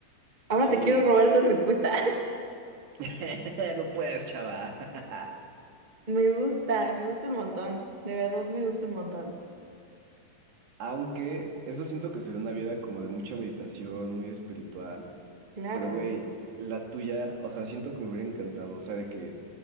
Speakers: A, on the right; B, on the right.
A: Ahora
B: Sí,
A: te quiero robar tu respuesta. <laughs>
B: <laughs> no puedes, chava. <laughs>
A: Me gusta, me gusta un montón. De verdad, me gusta un montón.
B: Aunque eso siento que sería una vida como de mucha meditación, muy espiritual.
A: Claro.
B: Pero, güey, la tuya, o sea, siento que me hubiera encantado. O sea, de que